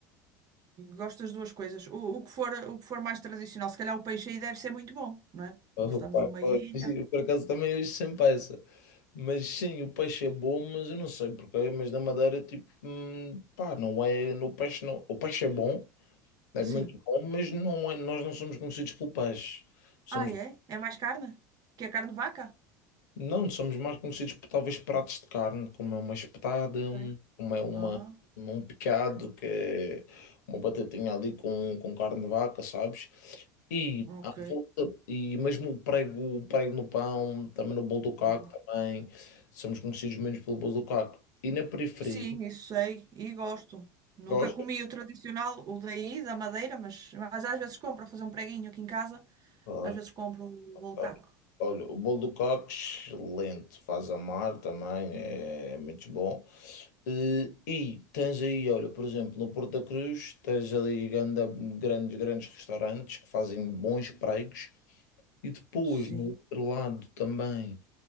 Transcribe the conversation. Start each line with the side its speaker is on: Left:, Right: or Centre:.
Right: Gosto das duas coisas. O, o que for, o que for mais tradicional, se calhar o peixe aí deve ser muito bom, não é?
Left: Oh,
Right: Estamos
Left: pá,
Right: numa
Left: pois,
Right: ilha.
Left: <laughs> eu, por acaso também hoje sem peça. Mas sim, o peixe é bom, mas eu não sei porquê, mas na Madeira, tipo, hum, pá, não é, no peixe não, o peixe é bom, é
Right: Sim.
Left: muito bom, mas não é, nós não somos conhecidos pelo peixe. Somos
Right: Ah, é? É mais carne? Que a carne de vaca?
Left: Não, somos mais conhecidos por talvez pratos de carne, como é uma espetada,
Right: Ok.
Left: como é uma,
Right: Ah,
Left: um picado, que é uma batatinha ali com, com carne de vaca, sabes? E
Right: ok.
Left: à volta, e mesmo o prego, o prego no pão, também no bolo do caco,
Right: Boa.
Left: também somos conhecidos menos pelo bolo do caco. E na periferia,
Right: Sim, isso sei e gosto. Nunca
Left: gosto.
Right: comi o tradicional, o daí, da Madeira, mas, mas às vezes compro para fazer um preguinho aqui em casa.
Left: Claro,
Right: Às vezes compro o bolo
Left: claro.
Right: caco.
Left: Olha, o bolo do caco, excelente, faz amar também, é muito bom. Eh, E tens aí, olha, por exemplo, no Porto da Cruz, tens ali ganda- grandes, grandes restaurantes que fazem bons pregos. E depois,
Right: Sim.
Left: no outro lado também,